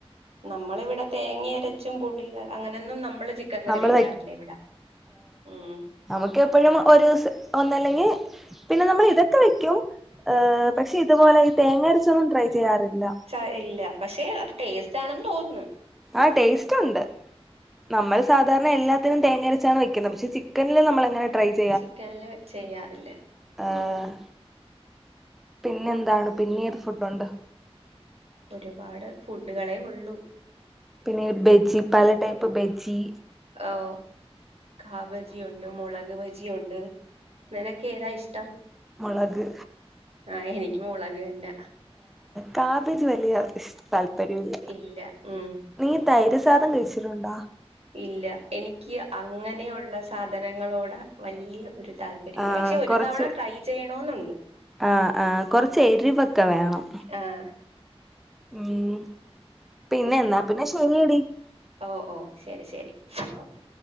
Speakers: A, on the right; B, in the centre.
A: നമ്മളിവിടെതേങ്ങ്യഅരച്ചുംപുളിക അങ്ങനൊന്നും നമ്മള്ചിക്കൻകറി
B: നമ്മള്
A: വെക്കാറില്ലഇവടെ ഉം
B: നമുക്ക്എപ്പഴുംഒരൂസം ഒന്നല്ലങ്ങി പിന്നെനമ്മള് ഇതക്കെവെക്കുംഹ് പക്ഷെ ഇത്പോലെഇതേങ്ങ അരച്ചൊന്നുംട്രൈചെയ്യാറില്ല
A: ച ഇല്ലപഷേഅത്ടേസ്റ്റ്ണെന്ന് തോനുന്ന്
B: ആഹ് ടേസ്റ്റുണ്ട് നമ്മള് സാധാരണഎല്ലാതിനുംതേങ്ങരച്ചാണ് വെക്കുന്നത്പഷേചിക്കനില് നമ്മളങ്ങനെ ട്രൈചെ
A: ചിക്കൻല്ചെയ്യാറില്ലേ
B: ആഹ് പിന്നെന്താണ്പിന്നീർഫുഡുണ്ട്
A: ഒര്പാട്ഫുഡുകളെഒള്ളൂ
B: പിന്നെബെജ്ജിപലടൈപ്പ്ബെജ്ജി
A: ഓഹ്കാബജിയുണ്ട്മുളക്ബജിയുണ്ട് നിനക്ക്ഏതാഇഷ്ടം
B: മുളക്
A: ആഹ് എനിക്ക്മുളക് അന്നെ
B: കാപ്പിച്ച് വല്യഇഷ്താല്പര്യുല്യ
A: ഇല്ല ഉം
B: നീ തൈര്യസാധംകഴിച്ചിട്ടുണ്ടാ
A: ഇല്ല എനിക്ക് അങ്ങനെയുള്ള സാധനങ്ങളോടെ വല്ല്യഒരുതാൽ പറയല്ല
B: ആഹ്
A: പക്ഷെഒര്തവണട്രൈചെയ്യണോ
B: കൊറച്ച്
A: നുണ്ട്
B: ആഹ് ആഹ്കൊറച്ച് എരിവൊക്കെവേണം
A: ആഹ്
B: ഉം പിന്നെഎന്നാപിന്നെശെര്യേടി
A: ഓഹ് ഓഹ്ശെരിശെരിഓക്കെ